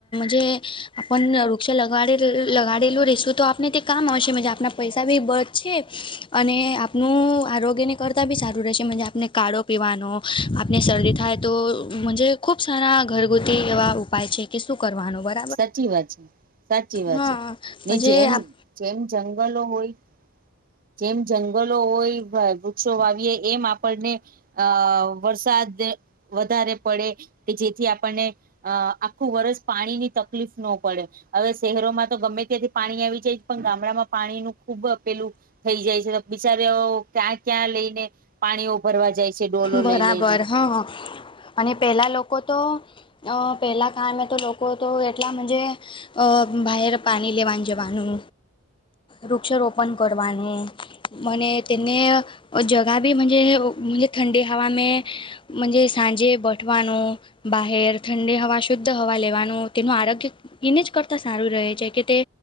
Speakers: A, on the left (about 25°); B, on the right (about 40°).
A: જે આપણે વૃક્ષ લગાડેલું રહીશું તો આપને તે કામ આવશે આપના પૈસા ભી બચશે. અને આપનું આરોગ્યને ઘર તા બી સારું રહેશે આપને કાળો પીવાનો આપને શરદી થાય તોજ ખુબ સારા ઘરગુતી એવા ઉપાય છે કે શું કરવાનો હોય.
B: સાચી વાત છે સાચી વાત
A: હા
B: છે ને
A: મજે
B: જેમ
A: આપ
B: જેમ જંગલો હોય જેમ જંગલો હોય વૃક્ષો વાવીએ એમ આપણને અ વરસાદ વધારે પડે કે જેથી આપણને અ આખું વરષ પાણીની તકલીફ ન પડે. હવે શહેરોમાં તો ગમે ત્યાંથી પાણી આવી જાય પણ ગામડામાં પાણીનું ખુબ આપેલું થઈ જાય છે બિચાર ક્યાં ક્યાં લઈને પાણીઓ ભરવા જાય છે ડોલો
A: બરાબર
B: લઈ લઈને
A: હા અને પહેલાં લોકો તો પહેલાં કમાં તો લોકો તો એટલા મે અ બહેાર પાણી લેવા જવાનું વૃક્ષારોપણ કરવાનું મને તેને જગા બીજ ઠંડી હવા મે જ સાંજે બઠવાનુંું બહર ઠંડી હવા શુદ્ધ હવા લેવાનું તેનું આરોગ્ય એને જ કરતા સારું રહે છે કે તે